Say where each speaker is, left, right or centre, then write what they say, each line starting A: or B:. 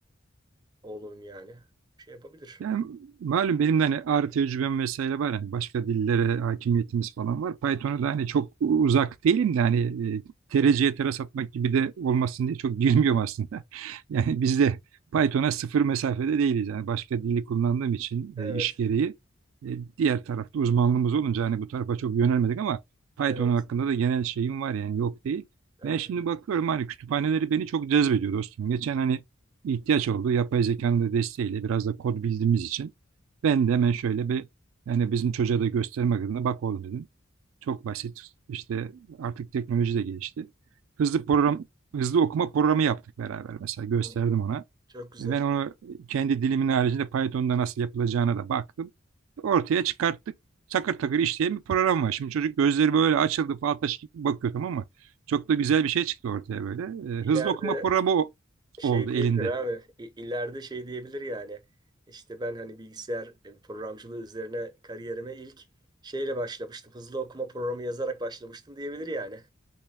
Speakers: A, on the right (about 20°); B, on the right (about 80°).
A: oğlunun yani. Şey yapabilir.
B: Yani malum benim de hani ağrı tecrübem vesaire var. Hani başka dillere hakimiyetimiz falan var. Python'a da hani çok uzak değilim de hani e, tereciye
A: Hı hı.
B: teras atmak gibi de olmasın diye çok girmiyorum aslında. <laughs> Yani biz de Python'a sıfır mesafede değiliz. Yani başka dili kullandığım için
A: Evet,
B: e, iş gereği e, diğer tarafta uzmanlığımız olunca hani bu tarafa çok yönelmedik ama Python
A: evet.
B: hakkında da genel şeyim var yani yok değil.
A: Aha,
B: Ben şimdi bakıyorum hani kütüphaneleri beni çok cezbediyor dostum. Geçen hani ihtiyaç oldu. Yapay zekanın da desteğiyle biraz da kod bildiğimiz için ben de hemen şöyle bir yani bizim çocuğa da göstermek adına bak oğlum dedim. Çok basit. İşte artık teknoloji de gelişti. Hızlı program hızlı okuma programı yaptık beraber mesela gösterdim
A: Hı hı.
B: ona.
A: Çok
B: E,
A: güzel.
B: Ben onu kendi dilimin haricinde Python'da nasıl yapılacağına da baktım. Ortaya çıkarttık. Takır takır işleyen bir program var. Şimdi çocuk gözleri böyle açıldı fal taşı gibi bakıyor tamam mı? Çok da güzel bir şey çıktı ortaya böyle.
A: İleride
B: E, hızlı okuma programı o-
A: şey
B: oldu
A: diyebilir
B: elinde.
A: abi. İ- İleride şey diyebilir yani. İşte ben hani bilgisayar e, programcılığı üzerine kariyerime ilk şeyle başlamıştım. Hızlı okuma programı yazarak başlamıştım diyebilir yani.